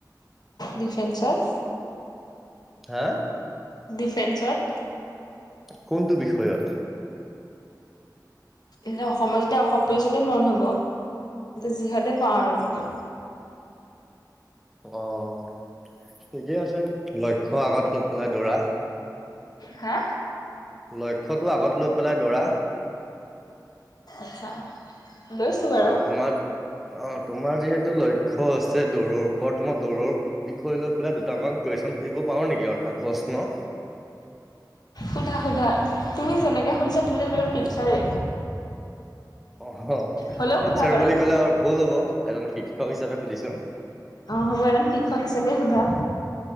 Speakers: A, on the left; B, in the centre.
A: ডিফেন্সত।
B: হা
A: ডিফেন্সত।
B: কোনটো বিষয়ত?
A: এয়া অসমৰ যেতিয়া অসম পুলিচতে মন হব যিহতে পাওঁ আৰু।
B: অহ, ঠিকে আছে লক্ষ্য আগত লৈ পেলাই দৌৰা।
A: হা
B: লক্ষ্যটো আগত লৈ পেলাই দৰা
A: আচ্ছা। লৈছো বাৰু
B: অহ, তোমাৰ অহ। তোমাৰ যিহেতু লক্ষ্য আছে দৌৰৰ ওপৰত মই দৌৰৰ বিষয় লৈ পেলাই দুটামান কুৱেশ্যন সুধিব পাও নেকি অৰ্থাৎ প্ৰশ্ন?
A: সোধা-সোধা তুমি যেনেকে সুধিছা তেনে দৰে টিছাৰে।
B: অহ,
A: হ'লেও
B: টিচাৰ
A: সোধা বাৰু
B: বুলি কলে আৰু ভুল হ'ব এজন শিক্ষক হিচাপে সুধিছো।
A: অহ, হ'ব এজন শিক্ষক হিচাপে সোধা।